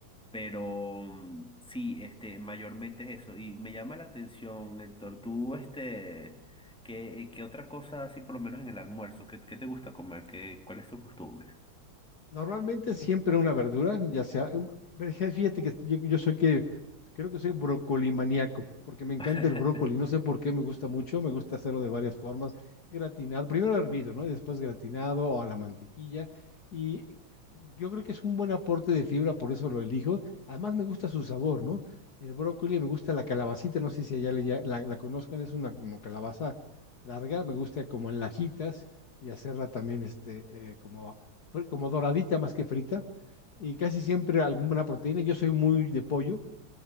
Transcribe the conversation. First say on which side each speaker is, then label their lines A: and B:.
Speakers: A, in the centre; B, on the left (about 50°).
A: Pero mm, sí, este, mayormente es eso. Y me llama la atención, Héctor, tú, este, ¿qué, eh, qué otra cosa así por lo menos en el almuerzo? ¿Qué, qué te gusta comer? ¿Qué, cuál es tu costumbre?
B: Normalmente siempre una verdura, ya sea, em, pero fíjate que yo, yo soy que, creo que soy brocolimaníaco, porque me encanta
A: <laughs>
B: el brócoli, no sé por qué me gusta mucho, me gusta hacerlo de varias formas, gratinado, primero hervido, ¿no? Y después gratinado o a la mantequilla, y yo creo que es un buen aporte de fibra, por eso lo elijo, además me gusta su sabor, ¿no? El brócoli, me gusta la calabacita, no sé si allá le ya- la, la conozcan, es una como calabaza larga, me gusta como en lajitas, y hacerla también este, eh, como como doradita más que frita, y casi siempre alguna proteína. Yo soy muy de pollo,